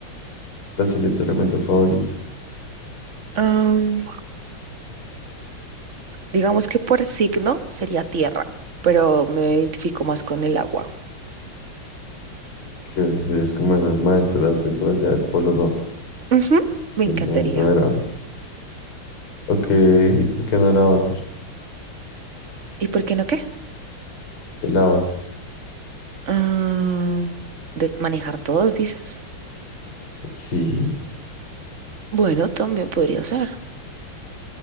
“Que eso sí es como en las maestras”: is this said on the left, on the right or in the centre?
Left